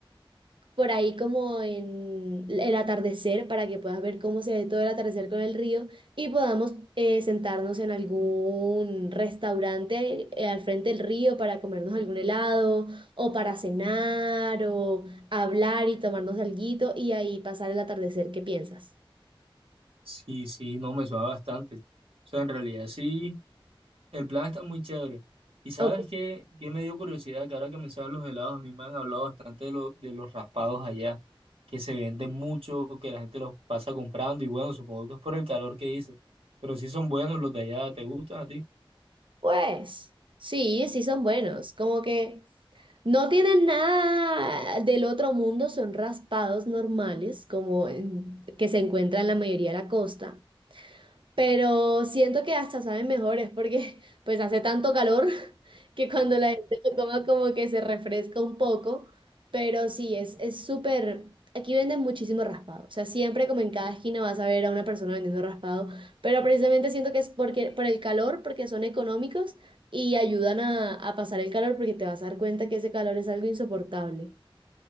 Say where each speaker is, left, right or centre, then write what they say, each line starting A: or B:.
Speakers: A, on the right (about 60°); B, on the right (about 80°).
A: por ahí como en el atardecer para que puedas ver cómo se ve todo el atardecer con el río y podamos eh, sentarnos en algún restaurante eh, al frente del río para comernos algún helado o para cenar o hablar y tomarnos alguito y ahí pasar el atardecer. ¿Qué piensas?
B: Sí, sí, no me suena bastante. O sea, en realidad sí. El plan está muy chévere. Y sabes
A: Ok.
B: qué, qué me dio curiosidad, que ahora que mencionan los helados, a mí me han hablado bastante de, lo- de los raspados allá, que se venden mucho, que la gente los pasa comprando y bueno, supongo que es por el calor que hice, pero sí son buenos los de allá, ¿te gustan a ti?
A: Pues sí, sí son buenos. Como que no tienen nada del otro mundo, son raspados normales, como en- que se encuentran en la mayoría de la costa. Pero siento que hasta saben mejores porque <laughs> pues hace tanto calor <laughs> que cuando la gente lo coma como que se refresca un poco. Pero sí, es, es súper... Aquí venden muchísimo raspado. O sea, siempre como en cada esquina vas a ver a una persona vendiendo raspado. Pero precisamente siento que es porque, por el calor, porque son económicos y ayudan a, a pasar el calor porque te vas a dar cuenta que ese calor es algo insoportable.